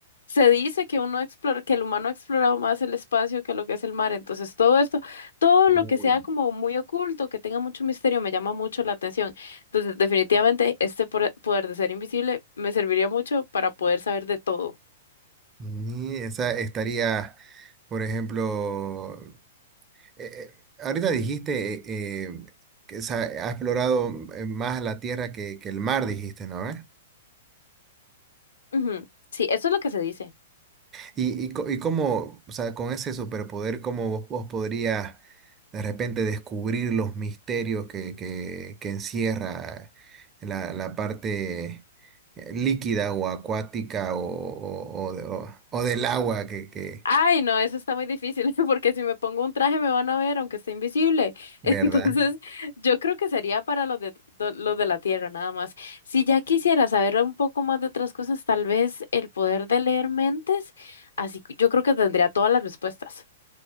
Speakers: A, on the left (about 80°); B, on the right (about 25°).
A: se dice que uno explora, que el humano ha explorado más el espacio que lo que es el mar, entonces todo esto, todo
B: Uy.
A: lo que sea como muy oculto, que tenga mucho misterio, me llama mucho la atención. Entonces, definitivamente este por- poder de ser invisible me serviría mucho para poder saber de todo.
B: Y esa estaría, por ejemplo, eh, ahorita dijiste eh, eh, que sa- ha explorado eh, más la tierra que, que el mar, dijiste, ¿no? ¿Eh?
A: Ujú, Sí, eso es lo que se dice.
B: Y, y, co- y cómo, o sea, con ese superpoder, ¿cómo vos, vos podrías de repente descubrir los misterios que, que, que encierra la, la parte eh, líquida o acuática o, o, o de- o- o del agua que, que,
A: Ay, no, eso está muy difícil, <laughs> porque si me pongo un traje me van a ver, aunque esté invisible. <laughs>
B: ¿verdad?
A: Entonces, yo creo que sería para los de, do- los de la Tierra, nada más. Si ya quisiera saber un poco más de otras cosas, tal vez el poder de leer mentes, así que yo creo que tendría todas las respuestas.